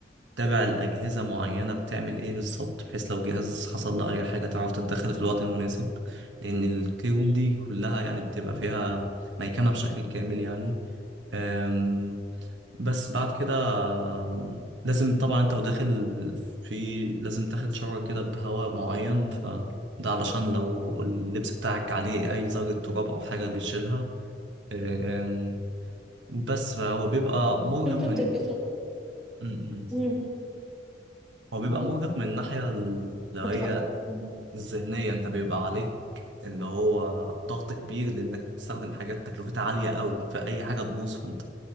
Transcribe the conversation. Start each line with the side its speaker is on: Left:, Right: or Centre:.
Right: تابع الاجهزه معينه بتعمل ايه بالظبط بحيث لو جهاز حصل له اي حاجه تعرف تتدخل في الوقت المناسب لان الكلي روم دي كلها يعني بتبقى فيها ميكنه بشكل كامل يعني أم، بس بعد كده أم، لازم طبعا انت وداخل في لازم تاخد شاور كده بهواء معين ف ده علشان لو اللبس بتاعك عليه اي ذرة تراب او حاجة بيشيلها أم، بس فهو بيبقى مرهق
Centre: انتوا
Right: من
Centre: بتلبسوا
Right: م- م.
Centre: مم.
Right: هو بيبقى مرهق من الناحية اللي هي
Centre: كنت ه... مم.
Right: الذهنية انت بيبقى عليك اللي هو ضغط كبير لانك بتستخدم حاجات تكلفتها عالية قوي فأي حاجة تبوظ فانت